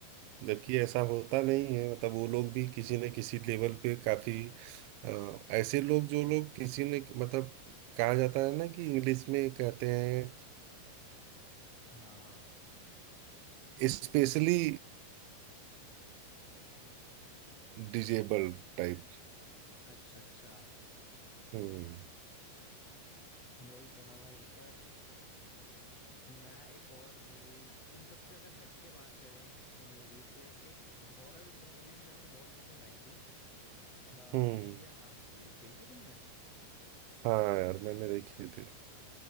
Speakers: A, on the right; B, on the left.
A: जबकि ऐसा होता नहीं है मतलब वो लोग भी किसी न किसी लेवल पे काफी अ, ऐसे लोग जो लोग किसी ने मतलब कहा जाता है ना कि इंग्लिश में कहते हैं
B: हाँ
A: स्पेशली डिजेबल टाइप
B: अच्छा अच्छा
A: हम्म
B: वही तो ना भाई पर मैं एक और मूवी इन सबसे अगर हट के बात करें इन मूवी से एक हॉरर मूवी भी मेरे को बहुत पसंद आई थी आ,
A: हम्म
B: मुंजिया नाम की देखी तुमने
A: हाँ यार मैंने देखी थी